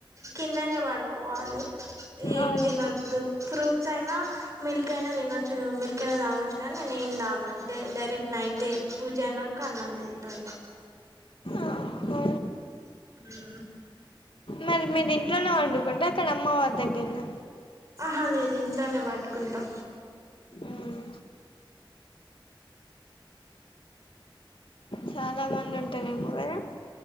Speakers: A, on the right (about 40°); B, on the left (about 80°).
A: కిందనే పడుకోవాలి ఏం
B: అవును
A: తినొద్దు ఫ్రూట్ ఫ్రూట్సైనా మిల్క్ అయినా తినొచ్చు మిల్క్ అయినా తాగవచ్చు కానీ నేను ఏం తాగ డైరెక్ట్ నైటే పూజ అయినంక అన్నం తింటా ఇగ
B: ఆహా.
A: ఉమ్
B: మరి మీరు ఇంట్లోనే వండుకుంటరా అక్కడ అమ్మవారి దగ్గరనా
A: ఆహా లేదు ఇంట్లోనే వాటుకుంటా
B: మ్మ్. చాలా మంది ఉంటారేమో కదా